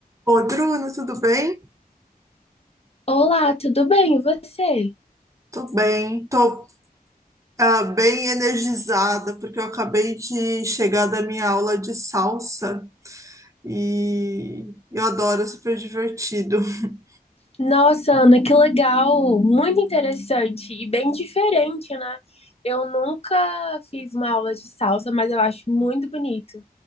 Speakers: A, on the right; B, on the left.
A: Oi, Bruno, tudo bem?
B: Olá, tudo bem? E você?
A: Tô bem, tô ah, bem energizada, porque eu acabei de chegar da minha aula de salsa e eu adoro, é super divertido. <laughs>
B: Nossa, Ana, que legal! Muito interessante e bem diferente, né? Eu nunca fiz uma aula de salsa, mas eu acho muito bonito.